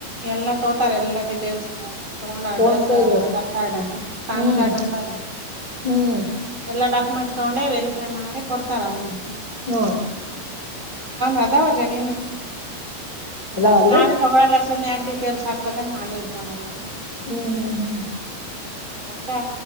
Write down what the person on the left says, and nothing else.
ಫೋನ್
ಪೇ ಇದೆ
ಹ್ಮ್
ಹ್ಮ್
ನೋಡ್ರಿ
ಅದಾವಲ್ರಿ
ಹು ಹು ಹು